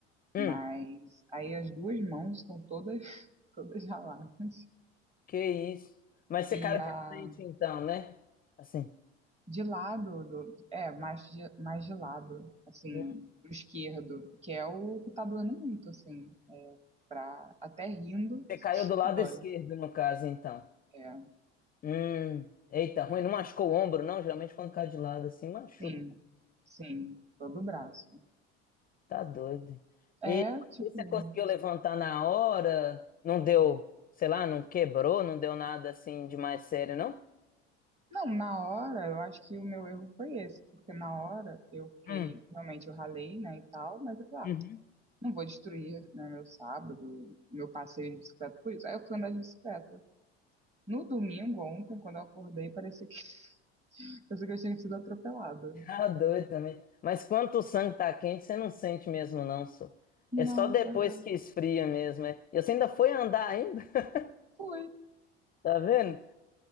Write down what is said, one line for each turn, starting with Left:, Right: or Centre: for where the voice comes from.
Left: hum.
Right: mas aí as duas mãos estão todas, <laughs> todas raladas.
Left: Que isso. Mas você
Right: E
Left: caiu
Right: a
Left: de frente, então, né? Assim.
Right: de lado, do- é, mais de, mais de lado, assim,
Left: Hum.
Right: pro esquerdo, que é o que tá doendo muito, assim, é, pra, até rindo, <laughs>
Left: Você caiu do lado
Right: dói.
Left: esquerdo, no caso, então.
Right: É,
Left: Hum. Eita, ruim. Não machucou o ombro, não? Geralmente quando cai de lado assim, machuca.
Right: sim, sim, todo o braço.
Left: Tá doido.
Right: É,
Left: E
Right: tipo,
Left: você conseguiu levantar na hora? Não deu, sei lá, não quebrou, não deu nada assim de mais sério, não?
Right: não, na hora, eu acho que o meu erro foi esse, porque na hora eu fiquei,
Left: Hum.
Right: realmente eu ralei, né, e tal, mas eu falei,
Left: Uhum.
Right: ah, Não vou destruir, né, meu sábado, meu passeio de bicicleta por isso. Aí eu fui andar de bicicleta. No domingo, ontem, quando eu acordei, parecia que, <laughs> parecia que eu tinha sido atropelada.
Left: Tá doido também. Mas quando o sangue tá quente, você não sente mesmo, não, só.
Right: Não,
Left: É só depois
Right: pois é.
Left: que esfria mesmo, é. E você ainda foi andar ainda? <laughs>
Right: Fui.
Left: Tá vendo?